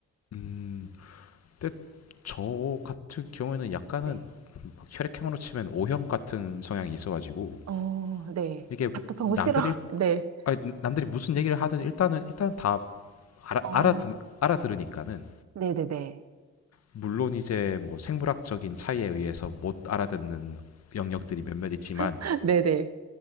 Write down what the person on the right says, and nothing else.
네.
어, 네.
답답한
거 싫어. <laughs> 네.
어,
네네네.
<laughs> 네네.